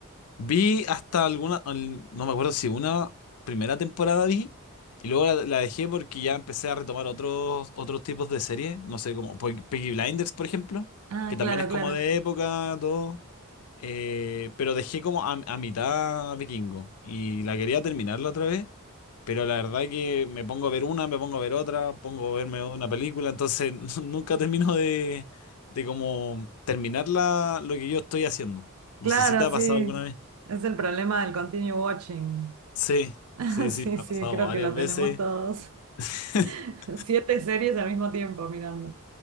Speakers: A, on the left; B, on the right.
A: Vi hasta alguna, al- no me acuerdo si una primera temporada vi y luego la, la dejé porque ya empecé a retomar otros otros tipos de series, no sé, como Pe- Peaky Blinders, por ejemplo,
B: Ah,
A: que también
B: claro,
A: es como
B: claro.
A: de época, todo, eh, pero dejé como a, a mitad Vikingo y la quería terminarla otra vez, pero la verdad que me pongo a ver una, me pongo a ver otra, pongo a verme una película, entonces <laughs> nunca termino de, de como terminar la- lo que yo estoy haciendo. No
B: Claro,
A: sé si te ha
B: sí.
A: pasado alguna vez.
B: Es el problema del continue watching.
A: Sí,
B: <laughs>
A: sí,
B: Sí,
A: sí, me
B: sí,
A: ha pasado
B: creo
A: varias
B: que lo tenemos
A: veces.
B: todos.
A: <laughs>
B: <laughs> Siete series al mismo tiempo mirando.